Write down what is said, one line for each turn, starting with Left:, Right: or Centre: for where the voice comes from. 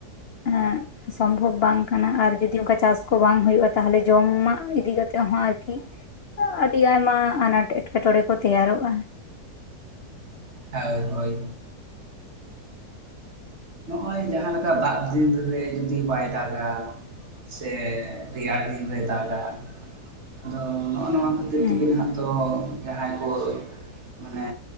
Left: ᱚᱱᱮ ᱥᱚᱢᱵᱷᱚᱵᱽ ᱵᱟᱝ ᱠᱟᱱᱟ ᱟᱨ ᱡᱩᱫᱤ ᱚᱱᱠᱟ ᱪᱟᱥ ᱠᱚ ᱵᱟᱝ ᱦᱩᱭᱚᱜᱼᱟ ᱛᱟᱦᱚᱞᱮ ᱡᱚᱢᱟᱜ ᱤᱫᱤ ᱠᱟᱛᱮ ᱦᱚᱸ ᱟᱨᱠᱤ ᱟᱹᱰᱤ ᱟᱭᱢᱟ ᱟᱱᱟᱴ ᱮᱴᱠᱮᱴᱚᱬᱮ ᱠᱚ ᱛᱮᱭᱟᱨᱚᱜᱼᱟ
Right: ᱦᱮᱸ ᱦᱳᱭ ᱱᱚᱜᱼᱚᱭ ᱡᱟᱦᱟᱸ ᱞᱮᱠᱟ ᱫᱟᱜ ᱫᱤᱱ ᱨᱮ ᱡᱩᱫᱤ ᱵᱟᱭ ᱫᱟᱜᱟ, ᱥᱮ ᱨᱮᱭᱟᱲ ᱫᱤᱱ ᱨᱮ ᱫᱟᱜ ᱫᱟ, ᱟᱫᱚ ᱱᱚᱜᱼᱱᱚᱣᱟ ᱠᱷᱟᱛᱤᱨ
Left: ᱦᱮᱸ
Right: ᱛᱮᱜᱮ ᱱᱷᱟᱜ ᱛᱚ ᱡᱟᱦᱟᱸᱭ ᱠᱚ ᱢᱟᱱᱮ